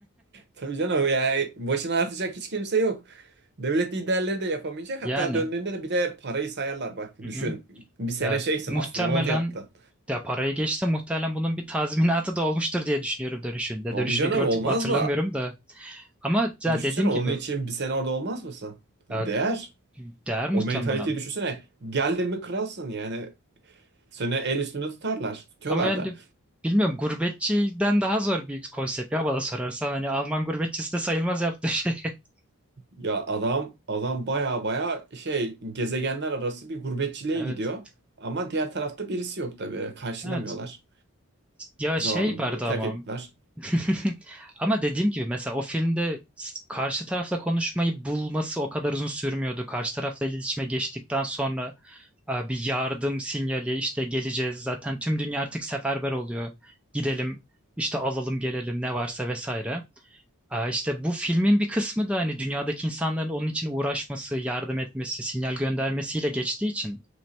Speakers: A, on the right (about 50°); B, in the centre.
A: Tabii canım yani başına artacak hiç kimse yok. Devlet liderleri de yapamayacak.
B: Yani.
A: Hatta döndüğünde de bir de parayı sayarlar. Bak
B: Hı
A: düşün
B: hı.
A: bir sene
B: Ya
A: şeysin
B: muhtemelen
A: astronot yaptın.
B: ya parayı geçti muhtemelen bunun bir tazminatı da olmuştur diye düşünüyorum dönüşünde.
A: Tabii
B: Dönüşünü
A: canım
B: gördük
A: olmaz
B: mü hatırlamıyorum
A: mı?
B: da. Ama ya
A: Düşünsene
B: dediğim gibi
A: onun için bir sene orada olmaz mısın?
B: ya
A: Değer.
B: değer muhtemelen.
A: O mentaliteyi düşünsene. Geldin mi kralsın yani. Seni el üstünde tutarlar. Tutuyorlar
B: Ama yani
A: da.
B: bilmiyorum gurbetçiden daha zor bir konsept ya bana sorarsan. Hani Alman gurbetçisi de sayılmaz yaptığı şey. <laughs>
A: Ya adam adam baya baya şey gezegenler arası bir gurbetçiliğe
B: Evet.
A: gidiyor. Ama diğer tarafta birisi yok tabii. Karşılamıyorlar.
B: Evet. Ya
A: Zavallım
B: şey vardı
A: terk
B: ama.
A: ettiler.
B: <laughs> Ama dediğim gibi mesela o filmde s- karşı tarafla konuşmayı bulması o kadar uzun sürmüyordu. Karşı tarafla iletişime geçtikten sonra e, bir yardım sinyali işte geleceğiz zaten tüm dünya artık seferber oluyor. Gidelim işte alalım gelelim ne varsa vesaire. E, İşte bu filmin bir kısmı da hani dünyadaki insanların onun için uğraşması, yardım etmesi, sinyal göndermesiyle geçtiği için